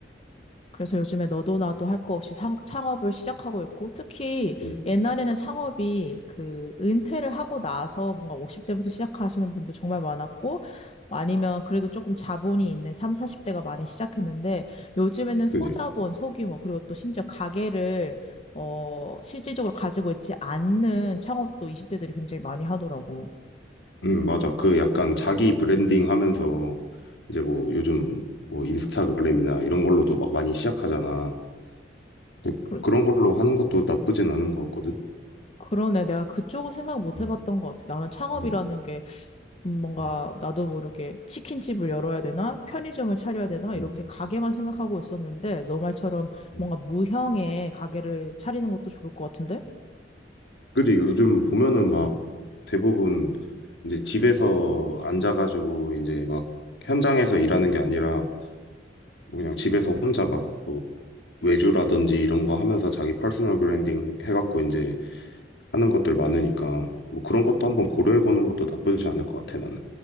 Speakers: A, on the left (about 35°); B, on the left (about 80°).
A: 그래서 요즘에 너도 나도 할 거 없이 상, 창업을 시작하고 있고, 특히
B: 음,
A: 옛날에는 창업이 그 은퇴를 하고 나서 뭔가 50대부터 시작하시는 분도 정말 많았고, 아니면 그래도 조금 자본이 있는 3, 40대가 많이 시작했는데, 요즘에는 소자본,
B: 그지?
A: 소규모, 그리고 또 심지어 가게를, 어, 실질적으로 가지고 있지 않는 창업도 20대들이 굉장히 많이 하더라고.
B: 음, 맞아. 그 약간 자기 브랜딩 하면서 이제 뭐 요즘 뭐 인스타그램이나 이런 걸로도 막 많이 시작하잖아. 근데
A: 그러,
B: 그런 걸로 하는 것도 나쁘진 않은 것 같거든.
A: 그러네. 내가 그쪽을 생각 못
B: 음,
A: 해봤던 것 같아. 나는 창업이라는
B: 음,
A: 게 음, 뭔가
B: 음,
A: 나도 모르게 치킨집을 열어야 되나? 편의점을 차려야 되나? 이렇게
B: 음.
A: 가게만 생각하고 있었는데, 너 말처럼
B: 음.
A: 뭔가 무형의 가게를 차리는 것도 좋을 것 같은데?
B: 그지 요즘 보면은 막 대부분 이제 집에서 앉아가지고 이제 막 현장에서 일하는 게 아니라 뭐 그냥 집에서 혼자 막 뭐 외주라든지 이런 거 하면서 자기 퍼스널 브랜딩 해갖고 이제 하는 것들 많으니까 뭐 그런 것도 한번 고려해보는 것도 나쁘지 않을 것 같아 나는.